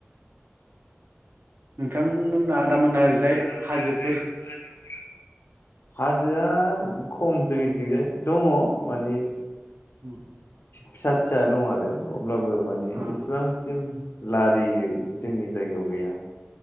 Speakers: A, on the right; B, on the left.
A: नोंथांमोना आदामोना
B: <unintelligible>
A: ओरैजाय हाजोफोर
B: हाजोआ खम जोंनिथिंजाय दङ माने
A: उम
B: फिसा फिसा दं आरो औ अब्लाबो माने
A: औ
B: इसेबांसिम लारियै जोंनि जायगायाव गैया